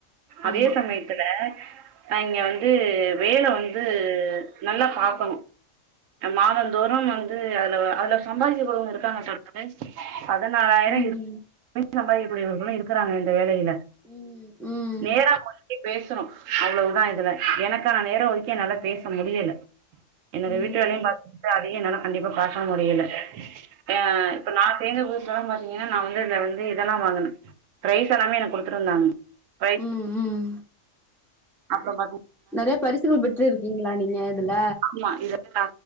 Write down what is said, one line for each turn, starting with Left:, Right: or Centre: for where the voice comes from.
Right: அதே
Centre: ஆமா
Right: சமயத்துல நா இங்க வந்து வேல வந்து நல்லா பாக்கணு அ மாதந்தோறும் வந்து அதுல அதுல சம்பாரிக்க கூடியவ்ங்க இருக்காங்க சத் மாச பதினாலாயிர
Centre: ம்
Right: <inaudible> சம்பாதிக்கக் கூடியவர்களு இருக்கிறாங்க இந்த வேலையில
Centre: ம் ம்
Right: நேரா போயி போய் பேசணு அவ்வளவுதா இதுல எனக்கான நேர ஒதுக்கி என்னால பேச முடியல எனக்கு
Centre: ம்
Right: வீட்டு வேலையு பாத்துபுட்டு சோ அதையு என்னால கண்டிப்பா பாக்க முடியல ஏ இப்ப நா சேந்த புதுசுல லா பாத் தீங்கனா நா வந்து இதுல வந்து இதெல்லா வாங்குன ப்ரைஸ் எல்லாமே எனக்கு குடுத்துருந்தாங்க ப்ரைஸ்
Centre: ம் ம்
Right: அப்பற <inaudible>
Centre: நெறைய பரிசுகள் பெற்று இருக்கீங்களா நீங்க இதுல
Right: ஆமா அதேதா